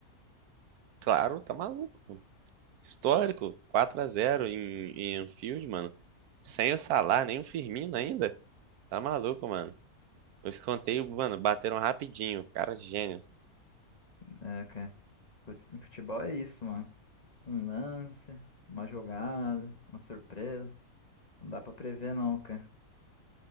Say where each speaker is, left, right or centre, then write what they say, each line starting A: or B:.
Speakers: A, on the right; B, on the left.
A: Claro, tá maluco. Histórico, quatro a zero em, em Anfield, mano. Sem o Salah, nem o Firmino ainda. Tá maluco, mano. Os escanteio, mano, bateram rapidinho. Cara, gênio.
B: É, cara, fut- futebol é isso, mano. Um lance, uma jogada, uma surpresa. Não dá pra prever, não, cara.